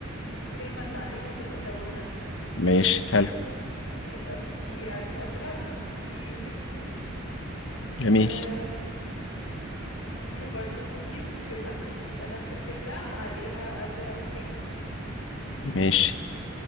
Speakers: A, on the left (about 85°); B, on the left (about 65°).
A: الكريمة اللي عليها تبقى ملونة
B: ماشي حلو
A: يبقى في علي أزرق وفي بينك
B: جميل
A: أم، ممكن برضو كوكيز وكده يبقى نفس الفكرة عليها أزرق وبينك
B: ماشي